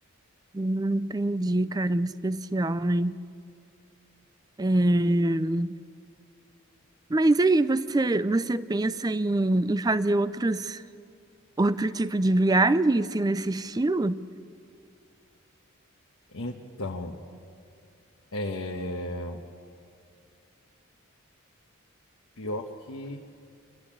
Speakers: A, on the right; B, on the left.
A: Não entendi, cara, em especial, né? É, mas e aí, você, você pensa em, em fazer outros, outro tipo de viagem, assim, nesse estilo?
B: Então, é, pior que